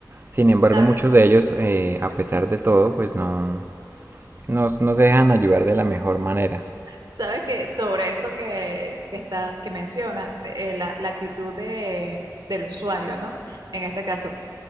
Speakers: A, on the right (about 30°); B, on the right (about 70°).
A: Sin embargo,
B: sabes,
A: muchos de ellos, eh, a pesar de todo, pues no, no, no se dejan ayudar de la mejor manera.
B: sabes que sobre eso que, que está, que mencionas, eh, la, la actitud de, del usuario, ¿no? En este caso,